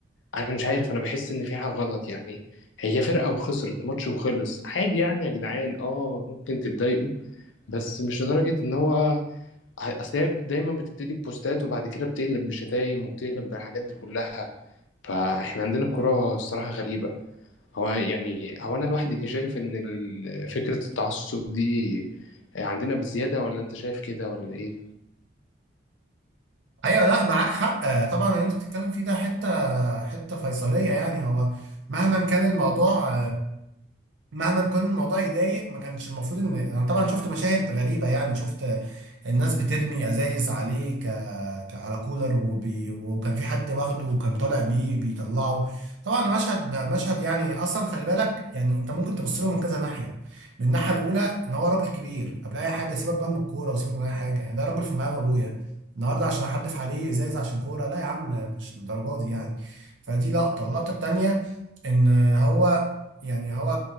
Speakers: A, on the left; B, on the right.
A: أنا مش عارف أنا بحس إن في حاجة غلط يعني هي فرقة وخسرت ماتش وخلص عادي يعني يا جدعان اه ممكن تتضايقوا بس مش لدرجة إن هو أصل هي دايما بتبتدي ببوستات وبعد كده بتقلب بشتايم وبتقلب بالحاجات دي كلها فإحنا عندنا الكرة الصراحة غريبة هو يعني هو انا لوحدي اللي شايف ان ال- فكرة التعصب دي عندنا بزيادة ولا انت شايف كده ولا ايه
B: ايوه لا معاك حق آه، طبعا اللي انت بتتكلم فيه ده حته حته فيصليه يعني هو مهما كان الموضوع مهما كان الموضوع يضايق ما كانش المفروض ان انا طبعا شفت مشاهد غريبه يعني شفت الناس بترمي ازايز عليه ك... ك... على كولر وبي... وكان في حد واخده وكان طالع بيه بيطلعه طبعا مشهد مشهد يعني اصلا خلي بالك يعني انت ممكن تبص له من كذا ناحيه من الناحيه الاولى ان هو راجل كبير قبل اي حاجه سيبك بقى من الكوره وسيبك من اي حاجه يعني ده راجل في مقام ابويا النهارده عشان احدف عليه ازايز عشان كوره لا يا عم مش للدرجه دي يعني فدي لقطه اللقطه التانيه ان هو يعني هو